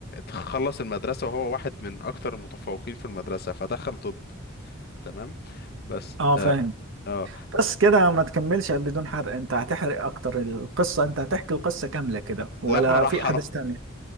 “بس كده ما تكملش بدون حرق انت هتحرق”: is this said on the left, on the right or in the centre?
Right